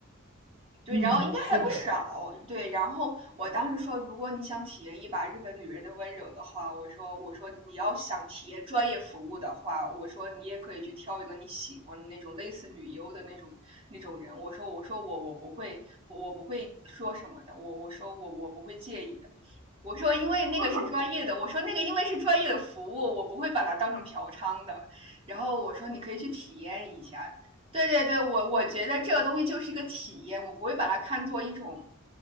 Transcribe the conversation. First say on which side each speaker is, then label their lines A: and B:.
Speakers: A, on the right; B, on the right.
A: 对，
B: 嗯，
A: 然后应该还不少。
B: 是的，
A: 对，然后我当时说，如果你想体验一把日本女人的温柔的话，我说，我说你要想体验专业服务的话，我说你也可以去挑一个你喜欢的那种类似女优的那种那种人。我说，我说我我不会，我我不会说什么的。我我说我我不会介意的。我说，因为那个是专业的，
B: <laughs> 哇，
A: 我说那个因为是专业的服务，我不会把它当成嫖娼的。然后我说，你可以去体验一下。对对对，我我觉得这个东西就是一个体验，我不会把它看作一种